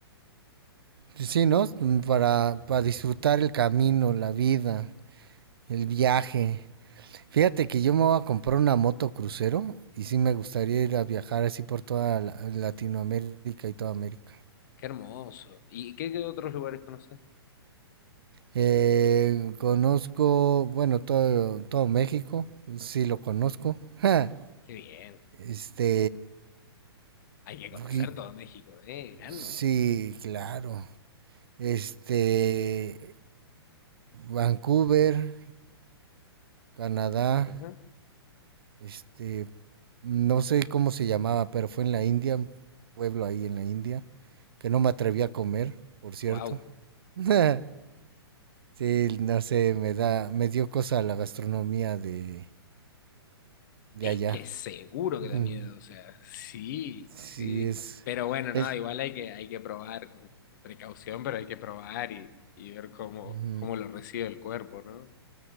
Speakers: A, on the right (about 60°); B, on the left (about 45°).
A: sí, ¿no? Mm, Para, para disfrutar el camino, la vida, el viaje. Fíjate que yo me voy a comprar una moto crucero y sí me gustaría ir a viajar así por toda la- Latinoamérica y toda América.
B: Qué hermoso. ¿Y qué, qué otros lugares conoces?
A: Eh, conozco, bueno, todo, todo México, sí lo conozco. Ja,
B: Qué bien.
A: Este,
B: Hay que conocer
A: y-
B: todo México, ¿eh? Grande.
A: sí, claro. Este, Vancouver, Canadá,
B: Ujú.
A: este, no sé cómo se llamaba, pero fue en la India, un pueblo ahí en la India, que no me atreví a comer, por cierto.
B: Wow.
A: <laughs> Sí, no sé, me da, me dio cosa la gastronomía de, de
B: Es
A: allá.
B: que seguro que
A: <laughs>
B: da miedo, o sea, sí,
A: Sí,
B: sí.
A: es,
B: Pero bueno,
A: es
B: no, igual hay que, hay que probar con con precaución, pero hay que probar y, y ver cómo,
A: ujú,
B: cómo lo recibe el cuerpo, ¿no?